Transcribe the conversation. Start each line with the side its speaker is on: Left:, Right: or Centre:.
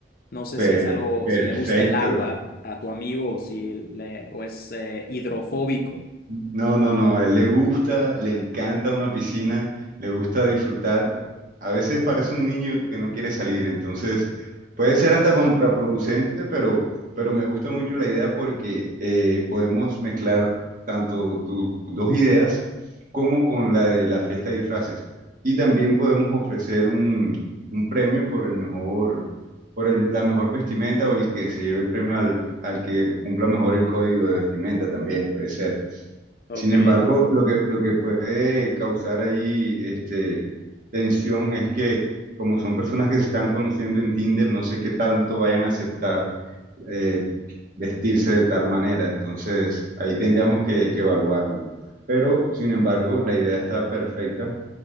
Left: No sé
Right: per-
Left: si es algo,
Right: perfecto.
Left: si le gusta el agua a tu amigo o si le, o es eh, hidrofóbico.
Right: No, no, no, a él le gusta, le encanta una piscina, le gusta disfrutar. A veces parece un niño que no quiere salir, entonces puede ser hasta contraproducente, pero, pero me gusta mucho la idea porque eh, podemos mezclar tanto tus dos ideas como con la de la fiesta de disfraces. Y también podemos ofrecer un, un premio por el mejor, por el- la mejor vestimenta o el que se lleve el premio al, al que cumpla mejor el código de vestimenta también, puede ser.
Left: Ok,
Right: Sin embargo, lo que, lo que puede causar ahí este, tensión es que como son personas que se están conociendo en Tinder, no sé qué tanto vayan a aceptar eh, vestirse de tal manera. Entonces, ahí tendríamos que, que evaluarlo. Pero, sin embargo, la idea está perfecta